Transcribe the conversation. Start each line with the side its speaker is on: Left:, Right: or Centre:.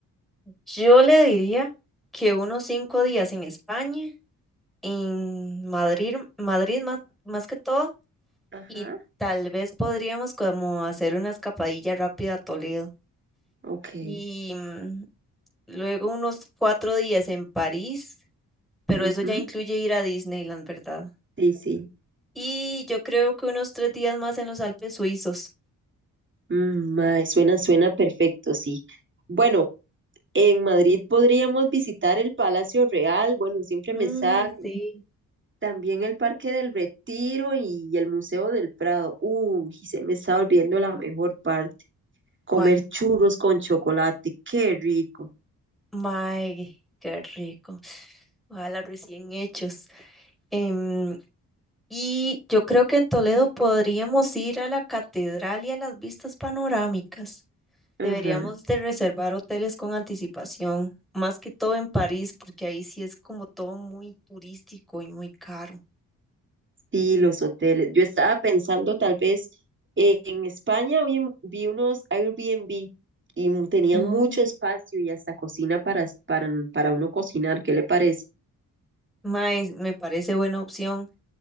Centre: Yo le diría que unos cinco días en España en Madrid, Madrid más, más que todo,
Right: Ajá,
Centre: y tal vez podríamos como hacer una escapadilla rápida a Toledo.
Right: ok.
Centre: Y mm, luego unos cuatro días en París, pero
Right: Ujú,
Centre: eso ya incluye ir a Disneyland, ¿verdad?
Right: Sí, sí.
Centre: Y yo creo que unos tres días más en los Alpes suizos.
Right: Mm, mae, suena, suena perfecto, sí. Bueno, en Madrid podríamos visitar el Palacio Real, bueno, siempre
Centre: Mm,
Right: me sale,
Centre: sí.
Right: también el Parque del Retiro y el Museo del Prado. Uy, y se me está olvidando la mejor parte, comer
Centre: ¿Cuál?
Right: churros con chocolate, qué rico.
Centre: Mae, qué rico. Ojalá recién hechos. Em, Y yo creo que en Toledo podríamos ir a la catedral y a las vistas panorámicas.
Right: Ajá,
Centre: Deberíamos de reservar hoteles con anticipación, más que todo en París, porque ahí sí es como todo muy turístico y muy caro.
Right: sí, los hoteles. Yo estaba pensando tal vez eh, en España, vi, vi unos Airbnb y m- tenían
Centre: Ah,
Right: mucho espacio y hasta cocina para, s- para, para uno cocinar, ¿qué le parece?
Centre: Mae, me parece buena opción